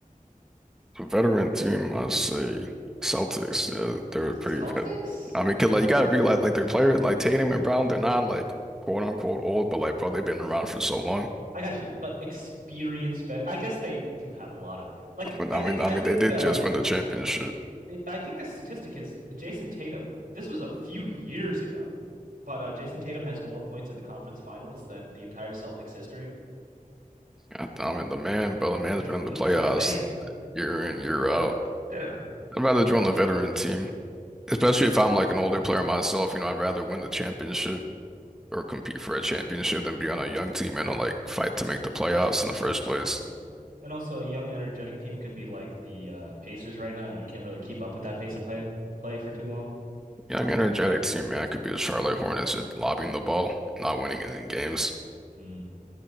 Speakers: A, in the centre; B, on the right.
A: The veteran team, I say Celtics. Yeah, they're
B: Celtics?
A: pretty vet. I mean, 'cause, like you gotta realize like their players like Tatum and Brown, they're not like quote unquote old, but like bro, they've been around for so long.
B: I got you. But experience vet I guess they do have a lot of like
A: I mean,
B: I
A: I
B: think
A: mean, I
B: I
A: mean,
B: think
A: they did
B: uh
A: just win the championship.
B: I- think the statistic is Jason Tatum. This was a few years ago. But uh Jason Tatum has more points in the conference finals than the entire Celtics history.
A: God, I mean, the man, bro, the man's
B: <laughs>
A: been in the
B: He's
A: playoffs
B: insane.
A: year in, year out.
B: Yeah.
A: I'd rather join the veteran team. especially if I'm like an older player myself, you know, I'd rather win the championship or compete for a championship than be on a young team and like fight to make the playoffs in the first
B: I got
A: place.
B: you. And also, a young, energetic team could be like the uh, Pacers right now, and you can't really keep up with that pace of play play for too long.
A: Young, energetic team, man, I could be the Charlotte Hornets at lobbing the ball, not winning any games.
B: Hmm.